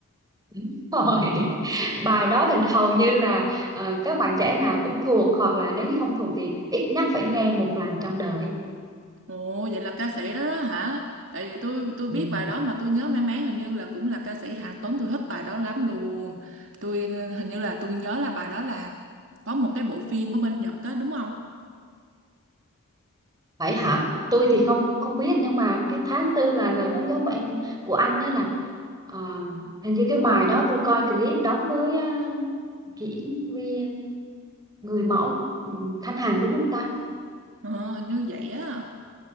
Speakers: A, on the right (about 15°); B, on the right (about 60°).
A: Đúng rồi. <laughs> Bài đó thì hầu như là ờ, các bạn trẻ nào cũng thuộc hoặc là nếu như không thuộc thì ít nhất phải nghe một lần trong đời.
B: Ồ, vậy là ca sĩ đó đó hả? Tại vì tôi tôi
A: Ừ.
B: biết bài đó mà tôi nhớ mang máng hình như là cũng là ca sĩ Hạnh Tuấn tôi thích bài đó lắm luôn. Tôi ờ, hình như là tôi nhớ là bài đó là có một cái bộ phim ở bên Nhật á đúng không?
A: Vậy hả? Tôi thì không không biết nhưng mà cái tháng tư là lời nói dối của em của anh đó là ờ, hình như cái bài đó tôi coi clip đóng với ờ, diễn viên người mẫu ừ, Thanh Hằng đúng không ta?
B: Ờ, hình như vậy á.